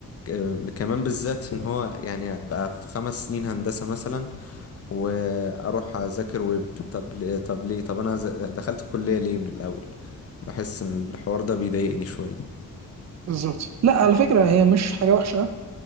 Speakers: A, on the left; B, on the right.
A: ك- كمان بالذات ان هو يعني ابقى في خمس سنين هندسة مثلا واروح اذاكر ويب طب ليه- طب ليه طب انا ز- دخلت الكلية ليه من الاول بحس ان الحوار ده بيضايقني شوية
B: بالظبط لا على فكره هي مش حاجه وحشه